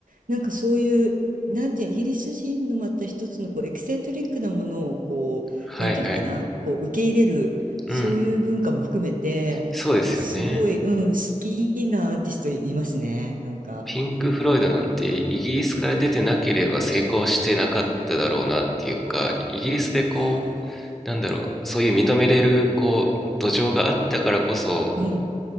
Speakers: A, on the right; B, in the centre.
A: なんかそういう、なんていう、イギリス人のまた一つのこうエキセントリックなものをこう、
B: はいはい
A: なんていうのかな、こう受け入れる、
B: うん
A: そういう文化も含めて、
B: そうですよね。
A: すごい、うん、好きなアーティストいますね、なんか。
B: ピンク・
A: うん。
B: フロイドなんてイギリスから出てなければ成功してなかっただろうなっていうか、イギリスでこう、
A: あ
B: なんだろう、そういう認めれるこう土壌があったからこそ
A: うん、